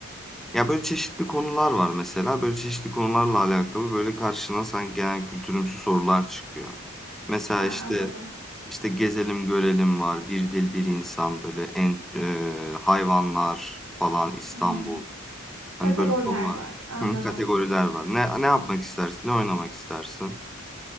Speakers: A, in the centre; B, on the right.
A: Ya böyle çeşitli konular var mesela. Böyle çeşitli konularla alakalı böyle karşına sanki genel kültürümsü sorular çıkıyor. Mesela
B: Ha,
A: işte
B: anladım.
A: işte gezelim görelim var. Bir dil bir insan böyle en e, hayvanlar falan İstanbul.
B: Hmm,
A: Hani
B: Kategoriler
A: böyle konular.
B: var, anladım.
A: Hı, kategoriler var. Ne ne yapmak istersin? Ne oynamak istersin?